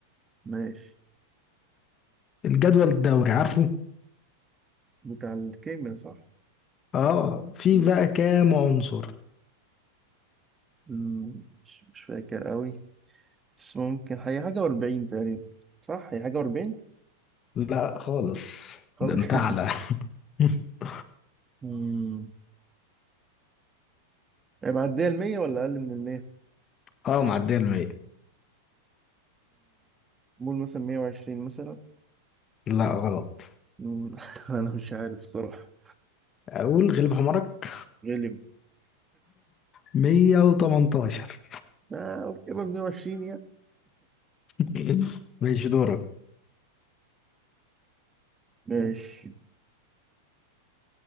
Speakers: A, on the right; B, on the left.
A: ماشي
B: الجدول الدوري عارفه؟
A: بتاع الكيمياء صح
B: اه في
A: مم.
B: بقى كام عنصر؟
A: مم، مش مش فاكر قوي بس ممكن هي حاجة و40 تقريبا صح هي حاجة و40
B: لا خالص
A: خالص
B: ده انت
A: <laughs>
B: أعلى <laughs>
A: مم. هي معدية ال 100 ولا أقل من ال 100
B: اه معدية المية
A: قول مثلا 120 مثلا
B: لا غلط
A: مم، <laughs> أنا مش عارف صراحة
B: أقول غلب حمارك
A: غالب
B: 118
A: آه، أوكي يبقى 120 يعني
B: <laughs> ماشي دورك
A: ماشي